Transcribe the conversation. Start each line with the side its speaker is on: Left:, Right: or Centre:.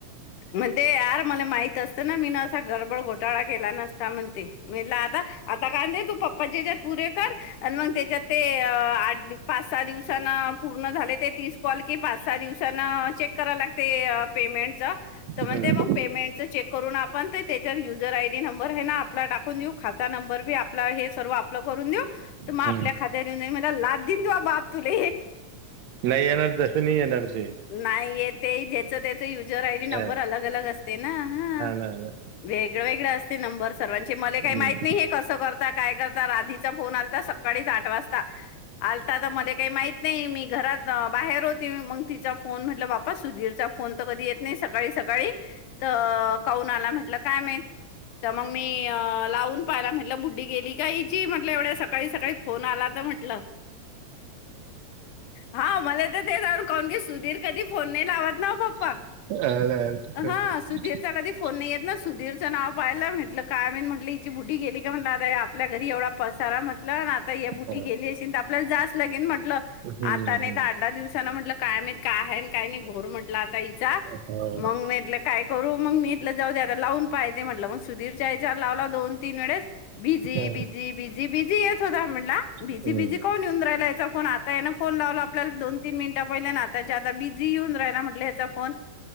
Left: मण ते यार मला माहित असतं ना मी ना असा गडबड घोटाळा केला नसता म्हण ते म्ह आता आता काय ते तू पप्पाचे त्याच्यात पुरे कर आणि मग त्याच्यात ते आठ पाच सहा दिवसाना पूर्ण झाले ते तीस कॉल कि पाच सहा दिवस चेक कराय लागते पेमेंटच तर म्हणते
Right: हम्म
Left: मग पेमेंटच चेक करून आपण त्याच्या युजर आयडी नंबर हे ना आपला टाकून देऊ खाता नंबर बी आपला हे सर्व आपलं करून देऊ तर मग
Right: हा
Left: आपल्या खात्या देऊन देई मला लाद देन त बाप तुला
Right: नाही येणार तसं नाही येणार ते
Left: नाही य ते जेच तेच युजर आयडी नंबर
Right: हा
Left: अलग अलग असते ना हा,
Right: ना ना
Left: वेगळ वेगळ असतय नंबर सर्वांचे मले काही
Right: हम्म
Left: माहित नाही हे कसं करता काय करता राधीचा फोन आलता सकाळीच आठ वाजता. आ आता मले काही माहित नाही मी घरात बाहेर <unintelligible> मग तिचा. फोन म्हटलं बापा सुधीरचा फोन तर कधी येत नाही सकाळी सकाळी तर काऊन आला म्हटलं काय माहित त म मी लावून पाहिला म्हटलं बुड्डी गेली का ह्याची म्हटलं एवढ्या सकाळी सकाळी. फोन आला तर म्हंटलं, हा मला तर तेच <unintelligible> की सुधीर. कधी फोन नाही लावत ना <unintelligible>
Right: <unintelligible>
Left: हां, सुधीरचा कधी फोन नाही येत ना सुधीरचं नाव पाहियला म्हटलं काय मी म्हटलं हिची बुढी गेली का म्हटलं आता आपल्या घरी एवढा पसारा म तर आता ह्या बुटी
Right: हा
Left: गेली आशी त आपल्याला जा लगीन म्हट म्हंटलं
Right: हम्म
Left: आता आणि
Right: हम्म
Left: दहा दहा दिवसान म्हटलं. काय माहीत? काय हाय काय नाही? घोर म्हटलं ताईचा,
Right: हा
Left: मग म्हंटलं काय करू? मग मी जाऊदे आता लावून पायते म्हटलं म सुधीरच्या याच्या वर लावला दोन तीन वेळेस. बिजी
Right: हा
Left: बिजी बिजी बिजी येत होता म्हणला. बिजी
Right: हम्म
Left: बिजी कोण येऊन राहिला याचा फो पण आता येन फोन लावला आपल्याला दोन तीन मिनिटं पहिले न आता त्याच्या आता बिझी येऊन राहिला म्हटलं ह्याचा फोन